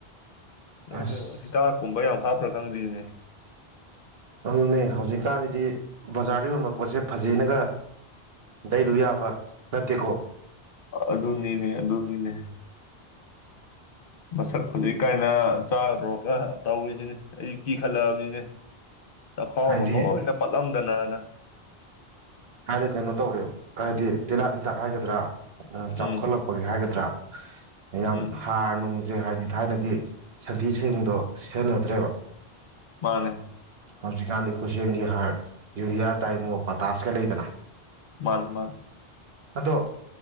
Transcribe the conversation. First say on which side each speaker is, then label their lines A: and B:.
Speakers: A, on the right; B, on the left.
A: ꯑꯁ
B: ꯃꯣꯏꯗꯣ ꯍꯤꯗꯥꯛꯀꯨꯝꯕ ꯌꯥꯝ ꯍꯥꯞꯄ꯭ꯔꯥ ꯈꯪꯗꯦꯏꯅꯦ
A: ꯑꯗꯨꯅꯦ ꯍꯧꯖꯤꯛꯀꯥꯟꯁꯤꯗꯤ ꯕꯖꯥꯔꯗ ꯌꯣꯟꯕ ꯄꯣꯠꯁꯦ ꯐꯖꯩꯅꯒ ꯂꯩꯔꯨ ꯌꯥꯕ ꯅꯠꯇꯦꯀꯣ
B: ꯑꯗꯨꯅꯤꯅꯦ ꯑꯗꯨꯅꯤꯅꯦ ꯃꯁꯛ ꯐꯖꯩ ꯀꯥꯏꯅ ꯆꯥꯗ꯭ꯔꯣꯒ ꯇꯧꯔꯤꯁꯤꯅꯦ ꯑꯩ ꯀꯤꯈꯠꯂꯛꯑꯕꯅꯤꯅꯦ ꯆꯈꯥꯎꯒ
A: ꯍꯥꯏꯗꯤ
B: ꯂꯣꯏꯅ ꯄꯠꯂꯝ ꯀꯅꯥꯅ
A: ꯍꯥꯏꯗꯤ ꯀꯩꯅꯣ ꯇꯧꯔꯦꯕ ꯍꯥꯏꯗꯤ ꯇꯤꯜꯍꯥꯠ ꯍꯤꯗꯥꯛ ꯍꯥꯏꯒꯗ꯭ꯔꯥ ꯑ ꯆꯥꯎꯈꯠꯂꯛꯄꯒꯤ
B: ꯎꯝ
A: ꯍꯥꯏꯒꯗ꯭ꯔꯥ ꯌꯥꯝ
B: ꯎꯝ
A: ꯍꯥꯔ ꯅꯨꯡꯖꯦ ꯍꯥꯏꯗꯤ ꯊꯥꯏꯅꯒꯤ ꯁꯟꯊꯤ ꯁꯌꯨꯡꯗꯣ ꯁꯦꯟꯅꯗ꯭ꯔꯦꯕ
B: ꯃꯥꯅꯦ
A: ꯍꯧꯖꯤꯛꯀꯥꯟꯗꯤ ꯈꯨꯠꯁꯦꯝꯒꯤ ꯍꯥꯔ ꯌꯨꯔꯤꯌꯥ ꯇꯥꯏꯃꯣ ꯄꯇꯥꯁ ꯈꯔ ꯂꯩꯗꯅ
B: ꯃꯥꯅꯦ ꯃꯥ
A: ꯑꯗꯣ